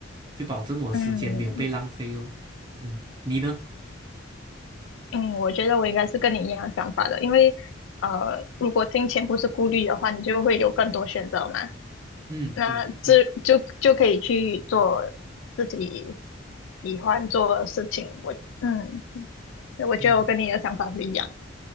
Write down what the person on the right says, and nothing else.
就保证我时间没有被浪费哦。
嗯，你呢？
嗯，
对对对，
嗯。